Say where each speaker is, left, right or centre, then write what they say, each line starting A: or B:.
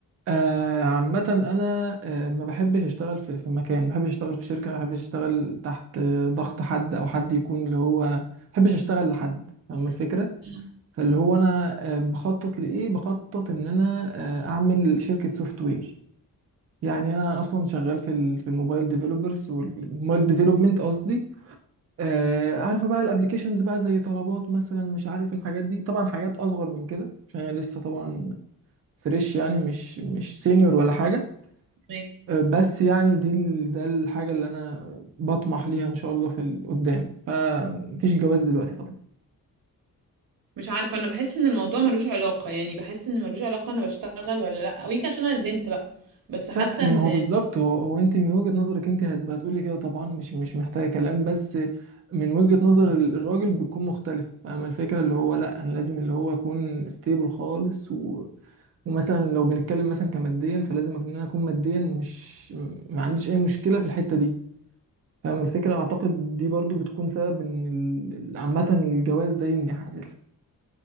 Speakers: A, on the right; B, on the right.
A: آه عامه انا آه ما بحبش اشتغل في, في مكان ما بحبش اشتغل في شركه ما بحبش اشتغل تحت آه، ضغط حد او حد يكون اللي هو ما بحبش اشتغل لحد فاهم الفكره
B: مم.
A: فاللي هو انا آه، بخطط لايه بخطط ان انا آه، اعمل شركه سوفت وير يعني انا اصلا شغال في ال- في الموبايل ديفلوبرز والموبايل ديفلوبمنت قصدي آه، عارفه بقى الابليكيشنز بقى زي طلبات مثلا مش عارف الحاجات دي طبعا حاجات اصغر من كده عشان انا لسه طبعا فريش يعني مش مش سينيور ولا حاجه
B: فاهمك.
A: آه، بس يعني دي ال- ده الحاجه اللي انا بطمح ليها ان شاء الله في القدام فمفيش جواز دلوقتي طبعا
B: مش عارفة انا بحس ان الموضوع ملوش علاقة يعني بحس ان ملوش علاقة انا بشتغل ولا لا ويمكن عشان انا البنت بقى بس حاسة
A: لا ما
B: ان
A: هو بالظبط هو, هو انت من وجهة نظرك انت هتبقى تقولي كده طبعا مش مش محتاجة كلام بس من وجهة نظر ال- الراجل بتكون مختلفة فاهمة الفكرة اللي هو لا انا لازم اللي هو اكون ستيبل خالص و... ومثلا لو بنتكلم مثلا كماديا فلازم ان انا اكون ماديا مش ما عنديش اي مشكلة في الحتة دي فاهمة الفكرة اعتقد دي برضو بتكون سبب ان ال- ال- عامة الجواز ده ينجح اساسا